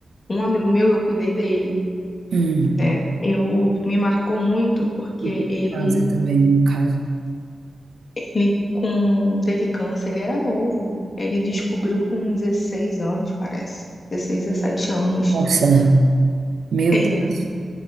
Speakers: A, on the left (about 40°); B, on the right (about 65°).
A: Um amigo meu, eu cuidei dele,
B: hum,
A: né? Eu me marcou muito porque
B: e com
A: ele
B: câncer também, no caso.
A: Ele com, teve câncer, ele era novo. Ele descobriu com 16 anos, parece. Dezesseis, dezessete anos.
B: Nossa, meu
A: É,
B: Deus.